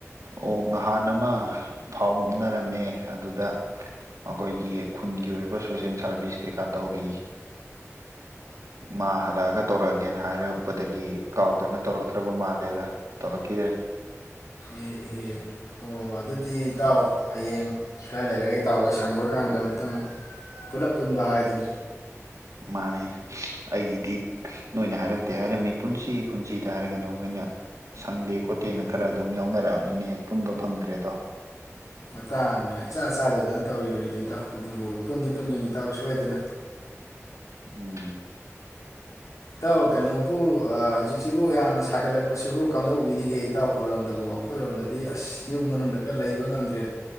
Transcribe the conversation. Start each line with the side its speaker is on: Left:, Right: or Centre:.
Right: ꯑꯣ ꯅꯍꯥꯟ ꯑꯃ ꯐꯥꯎꯅꯔꯝꯃꯦ ꯑꯗꯨꯗ ꯃꯈꯣꯏꯒꯤ ꯈꯨꯟꯒꯤ ꯑꯣꯏꯕ ꯁꯣꯁꯦꯜ ꯁꯥꯔꯚꯤꯁ ꯀꯩꯀꯥ ꯇꯧꯔꯤ ꯃꯥ ꯍꯜꯂꯛꯑꯒ ꯇꯧꯔꯛꯑꯒꯦꯅ ꯍꯥꯏꯔꯛꯄꯗꯒꯤ ꯀꯥꯎꯗꯅ ꯇꯧꯔꯛꯇ꯭ꯔꯕ ꯃꯥꯜꯂꯦꯗ ꯇꯧꯔꯛꯈꯤꯗ꯭ꯔꯦ
Left: ꯑꯦ ꯏꯍꯦ ꯑꯣ ꯑꯗꯨꯗꯤ ꯏꯇꯥꯎ ꯍꯌꯦꯡ ꯈꯔ ꯂꯩꯔꯒ ꯏꯇꯥꯎ ꯍꯣꯏ ꯁꯪꯕ ꯀꯥꯟꯗ ꯑꯝꯇꯪ ꯄꯨꯂꯞ ꯄꯨꯟꯕ ꯍꯥꯏꯗꯨꯅꯤ
Right: ꯃꯥꯅꯦ ꯑꯩꯒꯤꯗꯤ ꯅꯣꯏꯅ ꯍꯥꯏꯔꯛꯇꯦ ꯍꯥꯏꯔꯝꯃꯤ ꯄꯨꯟꯁꯤ ꯄꯨꯟꯁꯤꯗ ꯍꯥꯏꯔꯒꯅ ꯅꯈꯣꯏꯅ ꯁꯪꯗꯦ ꯈꯣꯠꯇꯦꯅ ꯈꯔ ꯑꯗꯨꯝ ꯌꯥꯎꯅꯔꯛꯑꯕꯅꯤꯅ ꯍꯦꯛ ꯄꯨꯟꯕ ꯐꯪꯗ꯭ꯔꯦꯗꯣ
Left: ꯃꯇꯥꯡꯅ ꯏꯆꯥ ꯆꯥꯗꯗꯅ ꯇꯧꯔꯤꯕꯅꯤꯗꯤ ꯏꯇꯥꯎ ꯑꯗꯨꯕꯨ ꯄꯨꯟꯗꯤ ꯄꯨꯟꯒꯅꯤ ꯏꯇꯥꯎ ꯁꯣꯏꯗꯅ
Right: ꯎꯝ
Left: ꯏꯇꯥꯎ ꯀꯩꯅꯣꯕꯨ ꯍꯧꯖꯤꯛꯁꯤꯕꯨ ꯌꯥꯝꯅ ꯁꯥꯒꯠꯂꯛꯄꯁꯤꯕꯨ ꯀꯝꯗꯧꯕꯤꯔꯤꯒꯦ ꯏꯇꯥꯎ ꯈꯣꯏꯔꯣꯝꯗꯕꯨ ꯑꯩꯈꯣꯏꯔꯣꯝꯗꯗꯤ ꯑꯁ ꯌꯨꯝ ꯃꯅꯨꯡꯗ ꯀ ꯂꯩꯕ ꯉꯝꯗ꯭ꯔꯦ